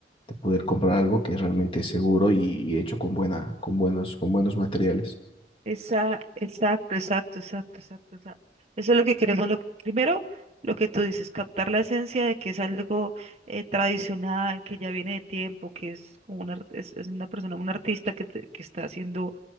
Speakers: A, on the left; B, on the right.
A: de poder comprar algo que es realmente seguro y, y hecho con buena, con buenos, con buenos materiales.
B: Esa- Exacto, exacto, exacto, exacto. o sea, eso es lo que queremos. Lo, primero, lo que tú dices, captar la esencia de que es algo eh, tradicional, que ya viene de tiempo, que es como una, art- es, es una persona, un artista que, te- que está haciendo